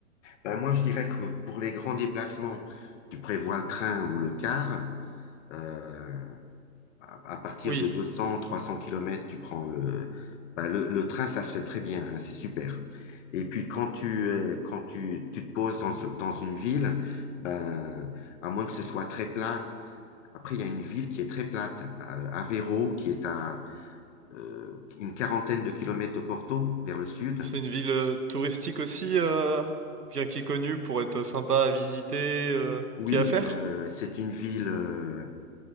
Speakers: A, on the left (about 50°); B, on the right (about 85°).
A: Ben, moi, je dirais que pour les grands déplacements, tu prévois le train ou le car. Euh, à à partir
B: Oui,
A: de 200, 300 km, tu prends le, ben, le, le train, ça se fait très bien, hein, c'est super. Et puis quand tu, euh, quand tu, tu te poses dans, ce- dans une ville, ben, à moins que ce soit très plat, après, il y a une ville qui est très plate, euh, Aveiro, qui est à euh, une quarantaine de kilomètres de Porto, vers le sud.
B: c'est une ville euh, touristique aussi, euh, bien qui est connue pour être sympa à visiter, euh,
A: Oui,
B: qui est à faire.
A: euh, c'est une ville euh,